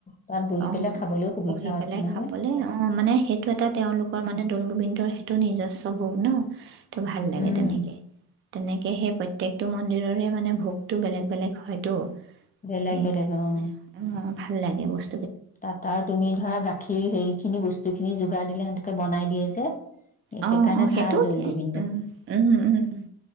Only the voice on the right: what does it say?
অ
বহি
পেলাই
খাবলে অ মানে সেইটো এটা তেওঁলোকৰ মানে দৌল গোবিন্দৰ সে টো নিজস্বভুপ ন। তটো ভাল লাগে
তেনেকে। তেনেকে সেই প্ৰত্যেকটো মন্দিৰৰে মানে ভোকটো বেলেগ বেলেগ হয়তো।
সেইকাৰণে
মানে অ'। ভাল লাগে বস্
অ
অ
সেইটোও
দিয়ে
উম উম উম উম